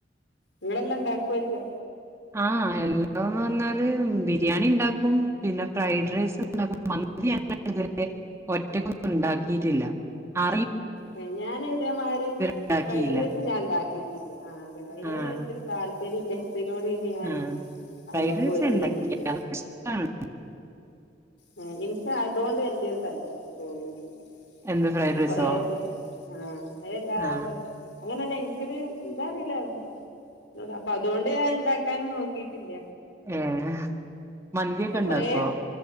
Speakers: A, on the left; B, on the right.
A: നിങ്ങളെല്ലാം ണ്ടാക്കോയിക്ക
B: ആഹ് എല്ലാം പറഞ്ഞാല് ബിരിയാണിണ്ടാക്കും പിന്നെ ഫ്രൈഡ് റൈസ്ണ്ട <unintelligible> മന്തി അങ്ങനെ ഇതുവരെ ഒറ്റകൊന്നുണ്ടാക്കിട്ടില്ല ആ
A: അഹ് ഞാൻ ഇതേമാരി
B: ഉണ്ടാക്കിയില്ല
A: ഫൈഡ്റെസ് ഞാൻ ണ്ടാക്കിയിട്ടില്ല ആഹ് അതെ അയിനോട്ന്നെ
B: ആഹ്
A: വല്ല്യ താല്പര്യല്ല ത്തിനോട്‌ പിന്നെ ഞാന്
B: ആഹ്
A: അയ്മക്ക്
B: ഫ്രൈഡ് റൈസ്
A: ഒരുങ്ങിട്ടില്ല
B: ഉണ്ടാക്കി ഇഷ്ടാണ്
A: ഹെ എനിക്ക് അതൊണ്ട് വല്യോരു താല്പ രു തോന്നലില്ല
B: എന്ത് ഫ്രൈഡ്
A: ഉം
B: റൈസോ
A: കൊറെക്കെ ആഹ് അയല്ലാ
B: ആഹ്
A: പച് അങ്ങനെരു എനിക്കൊരു എന്താറില്ല <unintelligible> അപ്പൊ അതൊണ്ട് ഞാൻ ഇണ്ടാക് ക്കാനും നോക്കിയിട്ടില്ല
B: ഉം മന്തിയൊക്കെണ്ടാക്കുവോ
A: കൊറേ